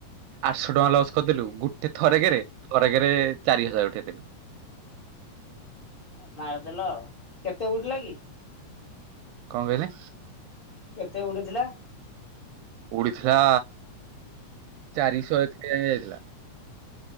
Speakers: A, on the right; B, on the left.
A: ଆଠଶହ ଟଙ୍କା ଲସ୍ କରିଦେଲୁ ଗୁଟେ ଥରେକରେ, ଥରେକେରେ ଚାରି ହଜାର ଉଠେଇଦେଲୁ।
B: ଆଉ ମାରିଦେଲା ଆଉ। କେତେ ଉଡିଲା କି?
A: କଁ କଇଲେ?
B: କେତେ ଉଡିଥିଲା?
A: ଉଡିଥିଲା ଚାରିଶ ଏକ ଯାଏଁ ଯାଇଥିଲା।